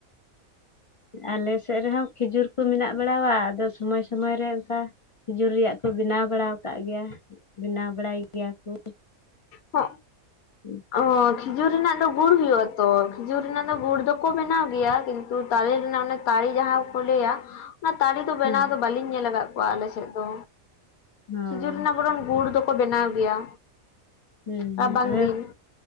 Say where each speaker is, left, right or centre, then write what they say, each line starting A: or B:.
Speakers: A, on the left; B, on the left.
A: ᱟᱞᱮ ᱥᱮᱜ ᱨᱮᱦᱚᱸ ᱠᱷᱤᱡᱩᱨ ᱠᱚ ᱢᱮᱱᱟᱜ ᱵᱟᱲᱟᱣᱟ ᱟᱫᱚ ᱥᱚᱢᱚᱭ ᱥᱚᱢᱚᱭ ᱨᱮ ᱚᱱᱠᱟ, ᱠᱷᱤᱡᱩᱨ ᱨᱮᱭᱟᱜ ᱠᱚ ᱵᱮᱱᱟᱣ ᱵᱟᱲᱟ ᱟᱠᱟᱫᱹᱜ ᱜᱮᱭᱟ ᱵᱮᱱᱟᱣ ᱵᱟᱲᱟᱭ ᱜᱮᱭᱟ ᱠᱚ᱾
B: ᱦᱳᱸᱠ
A: ᱦᱩᱸ᱾
B: ᱚᱸ ᱠᱷᱤᱡᱩᱨ ᱨᱮᱱᱟᱜ ᱜᱩᱲ ᱫᱚ ᱦᱩᱭᱩᱜ ᱟ ᱛᱚ ᱠᱷᱤᱡᱩᱨ ᱨᱮᱱᱟᱜ ᱫᱚ ᱜᱩᱲ ᱫᱚᱠᱚ ᱵᱮᱱᱟᱣ ᱜᱮᱭᱟ, ᱛᱚ ᱛᱟᱞᱮ ᱨᱮᱱᱟᱜ ᱚᱱᱟ ᱛᱟᱲᱤ ᱡᱟᱦᱟᱸ ᱠᱚ ᱞᱟᱹᱭᱟ, ᱚᱱᱟ ᱛᱟᱞᱮᱫᱚ ᱵᱮᱱᱟᱣ
A: ᱦᱮᱸ
B: ᱫᱚ ᱵᱟᱟᱹᱞᱤᱧ ᱧᱮᱞ ᱟᱠᱟᱫ ᱠᱚᱣᱟ ᱟᱞᱮ ᱥᱮᱜ ᱫᱚ᱾
A: ᱦᱳᱭ
B: ᱠᱷᱤᱡᱩᱨ ᱨᱮᱱᱟᱜ ᱵᱚᱨᱚᱱ ᱜᱩᱲ ᱫᱚᱠᱚ ᱵᱮᱱᱟᱣ ᱜᱮᱭᱟ᱾
A: ᱦᱮᱸ ᱦᱮᱸ
B: ᱨᱟᱵᱟᱝ
A: ᱚᱱᱮ
B: ᱫᱤᱱ